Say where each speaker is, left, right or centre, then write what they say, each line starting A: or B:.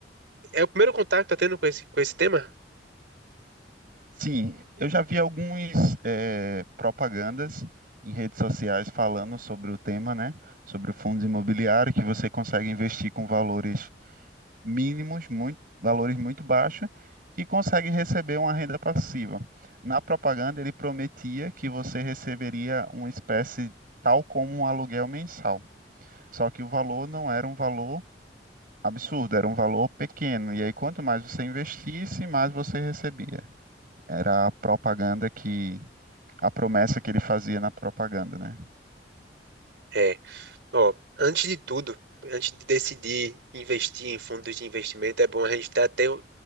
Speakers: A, on the right; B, on the right.
A: É o primeiro contato que tá tendo com esse, com esse tema?
B: Sim, eu já vi algumas propagandas em redes sociais falando sobre o tema, né? Sobre o fundo imobiliário, que você consegue investir com valores mínimos, muito, valores muito baixos, e consegue receber uma renda passiva. Na propaganda, ele prometia que você receberia uma espécie tal como um aluguel mensal. Só que o valor não era um valor absurdo, era um valor pequeno. E aí, quanto mais você investisse, mais você recebia. Era a propaganda que. A promessa que ele fazia na propaganda, né?
A: É, ó, antes de tudo, antes de decidir investir em fundos de investimento, é bom a gente ter até, um-